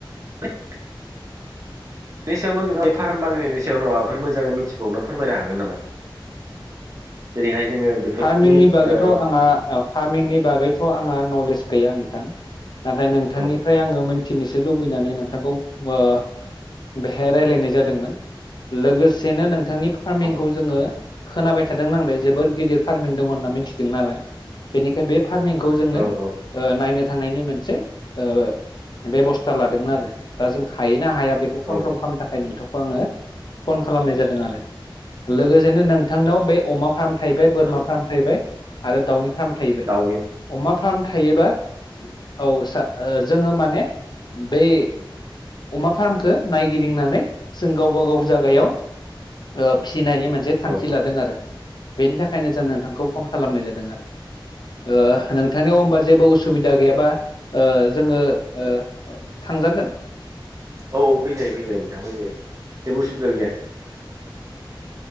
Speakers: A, on the right (about 35°); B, on the left (about 55°).
A: बेनि सायावनो नोंथाङा बे फार्म बानायनायनि सायावनो माबाफोर मोजाङै मिथिबावनो फोरमायनो हागोन नामा? जेरैहाय जोङो बेफोरनि
B: फार्मिंनि बागैथ'
A: ओ
B: आङा फार्मिंनि बागैथ' आङा नलेज गैया नोंथां। नाथाय नोंथांनिफ्राय
A: औ
B: आङो मिथिनोसो लुबैनानै नोंथांखौ ओ‌ बेहाय रायज्लायनाय जादोंमोन लोगोसेनो नों नोंथांनि फार्मिंखौ
A: औ
B: जोङो खोनाबाय थादों नांलाय जोबोर गिदिर फार्मिं दङ होनना मिथिदों नालाय बेनिखाय बे फार्मिंखौ जोङो
A: औ
B: ओ नायनो थांनायनि मोनसे ओ बेबस्था लादोंमोन आरो दा जों हायो। हाया बेखौ कनफ्रम
A: औ
B: खालामनो थाखाय नोंथां। आङो फन खालामनाय जादों आरो लोगोसेनो नोंथांनाव बे अमा फार्म थाहैबाय
A: औ
B: बोरमा फार्म आरो दाउनि फार्म थाहैबाय
A: दाउनि
B: अमा फार्म थायोबा औ ओ जोङो माने बै अमा फार्मखो नायगिदिंनानै जों गावबा गाव जागायाव ओ फिसिनायनि मोनसे
A: औ
B: थांखि
A: औ
B: लादों आरो बेनि थाखायनो जों नोंथांखौ फन खालामनाय जादों आरो। ओ नोंथांनियाव होमबा जेबो उसुबिदा गैयाबा ओ जोङो ओ थांजागोन
A: औ औ फैजायो फैजायो नोंथां फैजायो। जेबो उसुबिदा गैया -